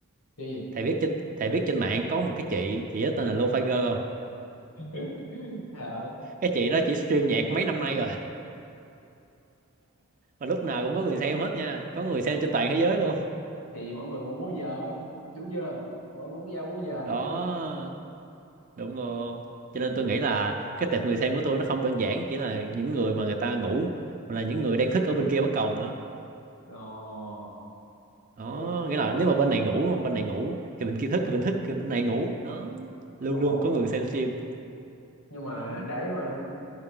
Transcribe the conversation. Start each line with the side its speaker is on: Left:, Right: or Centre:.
Left: cái gì
Right: thầy biết trên thầy biết trên mạng có một cái chị chị đó tên là Lô Figer không
Left: <laughs> ờ
Right: cái chị đó chỉ stream nhạc mấy năm nay rồi mà lúc nào cũng có người xem hết nha có người xem trên toàn thế giới luôn
Left: thì mọi người muốn múa giờ đúng chưa mọi người muốn giao múa giờ đúng
Right: đó
Left: chưa
Right: đúng luôn cho nên
Left: Ừ.
Right: tôi nghĩ là cái tệp người xem của tôi nó không đơn giản chỉ là những người mà người ta ngủ mà là những người đang thức ở bên kia bán cầu nữa
Left: ờ
Right: đó
Left: cũng
Right: nghĩa là
Left: cũng
Right: nếu mà bên này ngủ mà bên này ngủ thì bên kia thức bên thức thì bên này ngủ đó luôn
Left: cũng
Right: luôn
Left: cũng
Right: có người xem stream
Left: nhưng mà
Right: đó
Left: để mà